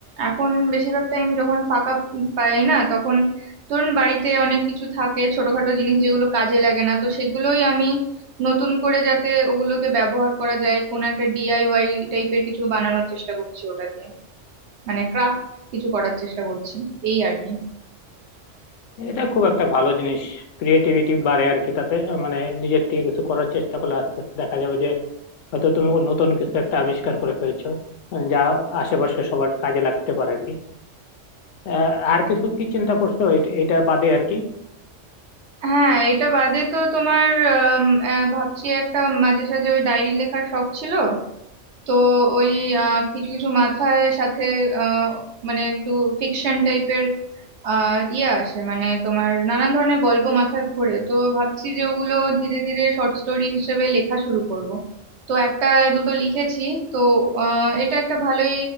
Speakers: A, on the right; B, on the left.
A: এখন বেশিরভাগ টাইম যখন ফাঁকা পাই না তখন ধরুন বাড়িতে অনেক কিছু থাকে ছোটখাটো জিনিস যেগুলো কাজে লাগে না তো সেগুলোই আমি নতুন করে যাতে ওগুলোকে ব্যবহার করা যায় কোন একটা ডিআইওয়াই টাইপের কিছু বানানোর চেষ্টা করছি ওটা দিয়ে মানে ক্রাফট কিছু করার চেষ্টা করছি এই আর কি
B: এটা খুব একটা ভালো জিনিস ক্রিয়েটিভিটি বাড়ে আর কি তাতে আহ, মানে নিজের থেকে কিছু করার চেষ্টা করলে আস্তে আস্তে দেখা যাবে যে হয়তো তুমি নতুন কিছু একটা আবিষ্কার করে ফেলছো যা আশেপাশে সবার কাজে লাগতে পারে আর কি আহ, আর কিছু কি চিন্তা করছো এট- এটার বাদে আর কি
A: হ্যাঁ এটা বাদে তো তোমার আম, আহ, ভাবছি একটা মাঝে সাঝে ওই ডায়েরি লেখার শখ ছিল তো ওই আহ, কিছু কিছু মাথায় সাথে আহ, মানে একটু ফিকশন টাইপের ইয়ে আসে মানে তোমার নানান ধরনের গল্প মাথায় ঘোরে তো ভাবছি যে ওগুলো ধীরে ধীরে শর্ট স্টোরি হিসেবে লেখা শুরু করব তো একটা দুটো লিখেছি তো আহ, এটা একটা ভালোই